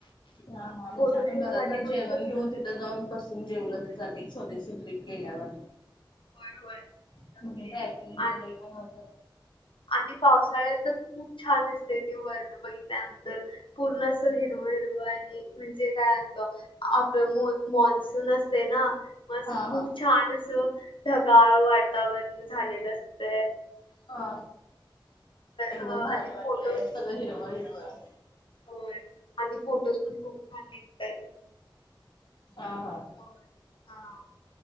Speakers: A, on the left (about 60°); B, on the left (about 80°).
A: हा.. हा.. म्हणजे
B: फोटोशूट
A: आपण घरात
B: साठी
A: ना
B: पण
A: जेवण
B: खूप
A: घेऊन तथ जाऊन बसून जेवलं तरी जाते एक छोटीशी ट्र्रीप गेल्यावर.
B: <inaudible> हो होय
A: <unintelligible>
B: नक्कीच
A: मु का <inaudible> आहे
B: आणि
A: होत
B: आणि पावसाळ्यात तर खूप छान दिसतय ते वर्ण बघितल्यानंतर पूर्ण हिरवं हिरवं आणि म्हणजे काय <inaudible> म्हत आपलं मान्सून असते ना. मस
A: हा
B: खूप
A: हा
B: छान असं ढगाळ वातावरण झालेलं असतं.
A: हा एकदम
B: अ,
A: भारी
B: आणि
A: वाटले
B: फोटो
A: सगळं हिरव हिरवं.
B: <inaudible> हो आणि फोटोज पण खूप छान निघतात.
A: हा.. हा..
B: होय हा